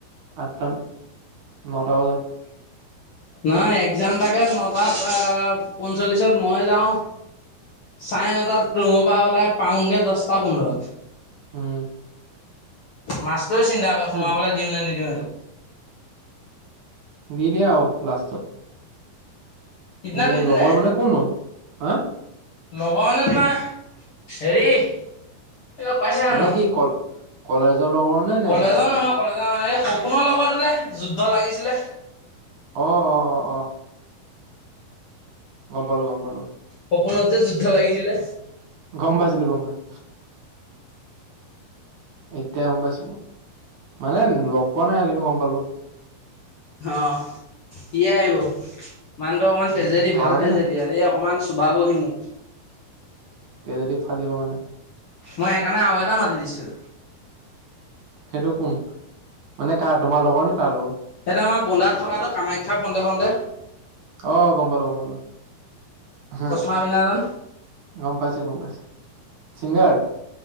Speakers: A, on the right; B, on the left.
A: আঠটা নটা বজাত।
B: নহয়, এক্সাম থাকে নটাত পঞ্চল্লিশত মই যাওঁ চাৰে নটাত, ৰুমৰ ওলাই পাওঁগৈ দহটা পোন্ধৰত।
A: উম।
B: মাষ্টৰে চিন্তা কৰে সোমাবলৈ
A: এ
B: দিওঁ নে নিদিওঁ এইটোক।
A: দি দিয়ে আৰু লাষ্টত।
B: সেইদিনা
A: সেই
B: নিদিলে
A: লগৰ মানে কোননো হা
B: লগৰ মানে তোমাৰ হেৰি, এই লগ পাইছা জানো?
A: মানে কি কল কলেজৰ লগৰ নে নে
B: কলেজৰ
A: বেলেগ
B: নহয়, কলেজৰ নহয়, এই সপোনৰ লগৰতো যে যুদ্ধ লাগিছিলে।
A: অ অ। অ অ গম পালো, গম পালো।
B: সপোনত যে যুদ্ধ লাগিছিলে।
A: গম পাইছিলো, গম পাইছিলো। এতিয় গম পাইছো। মানে লগ পোৱা নাই আৰু, কিন্তু গম পালো।
B: অ, সিয়েই আহিব। মানুহটো অকণমান
A: উম
B: তেজেদি
A: থকাকে
B: ভাল তেজেদি,
A: নাই
B: এই অকমান - চুবাবহি মোক।
A: তেজেদি ফালিব মানে।
B: মই সেইকাৰণে আৰু এটা মাতি দিছোঁ।
A: সেইটো কোন? মানে কাৰ তোমাৰ লগৰ নে তাৰ লগৰ?
B: সেইটো আমাৰ বোন্দাত থকাটো, কামাখ্যা ফন্দে ফন্দে।
A: আহ, গম পালো, গম পালো। হা
B: চশমা পিন্ধাজন
A: গম পাইছো, গম পাইছো। ছিংগাৰ?